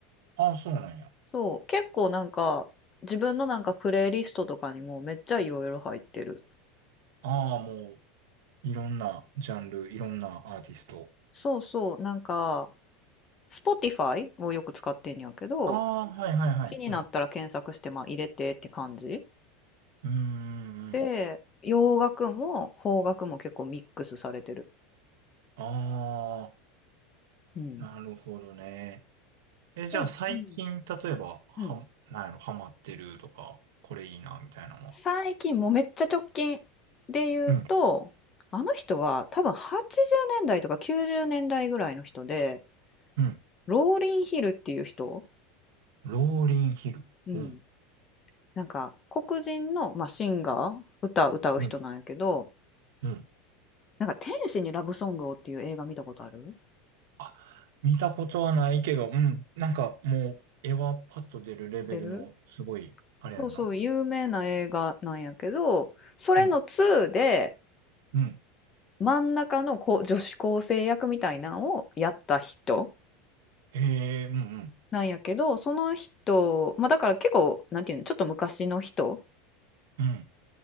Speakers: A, on the right; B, on the left.
A: ああ、そうなんや。
B: そう、結構なんか、自分のなんかプレイリストとかにもめっちゃいろいろ入ってる。
A: ああ、もう、いろんなジャンル、いろんなアーティスト。
B: そうそう、なんか、Spotify をよく使ってんやけど、
A: ああ、はいはいはい。
B: 気になったら検索して、
A: うん。
B: まあ入れてって感じ。
A: うーん。
B: で、
A: うん
B: 洋楽も邦楽も結構ミックスされてる。
A: あ
B: うん。
A: あ、なるほどね。え、じゃあ最近、
B: でも、うん。
A: 例えば、は、
B: うん
A: なんやろ、ハマってるとか、これいいな、みたいなのは。
B: 最近もうめっちゃ直近で言うとあの人は多分80年代とか90年代ぐらいの人で
A: うん。うん。
B: ローリン・ヒルっていう人、
A: ローリンヒル。
B: うん、
A: うん。
B: なんか黒人の、まあ、シンガー歌歌う人なんやけど
A: うん。うん
B: なんか「天使にラブソングを」っていう映画見たことある
A: あ、見たことはないけど、うん。なんかもう、絵はパッと出るレベルの、
B: 出る
A: すごい、あれやんな。
B: そうそう有名な映画なんやけどそれの2で
A: うん。うん。
B: 真ん中のこ女子高生役みたいなんをやった人
A: へえ、うんうん。
B: なんやけど、その人、まあだから結構、なんていうの、ちょっと昔の人
A: うん。